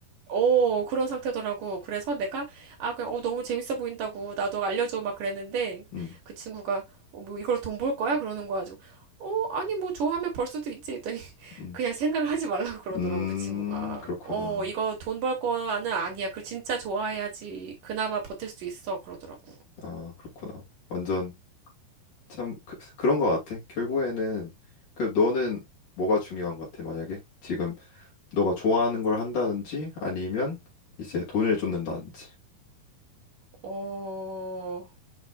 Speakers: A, on the right; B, on the left.
A: 어, 그런 상태더라고. 그래서 내가, 아, 그냥, 어, 너무 재밌어 보인다고. 나도 알려줘. 막 그랬는데,
B: 음,
A: 그 친구가, 어, 뭐, 이걸 돈 벌 거야? 그러는 거야. 가지고, 어, 아니, 뭐, 좋아하면 벌 수도 있지. 했더니, <laughs>
B: 음,
A: 그냥 생각을 하지 말라고 그러더라고,
B: 음,
A: 그 친구가.
B: 그렇구나.
A: 어, 이거 돈 벌 거는 아니야. 그 진짜 좋아해야지. 그나마 버틸 수 있어. 그러더라고.
B: 아, 그렇구나. 완전 참 그, 런거 같아. 결국에는 그 너는 뭐가 중요한 것 같아, 만약에 지금 너가 좋아하는 걸 한다든지 아니면 이제 돈을 쫓는다든지.
A: 어,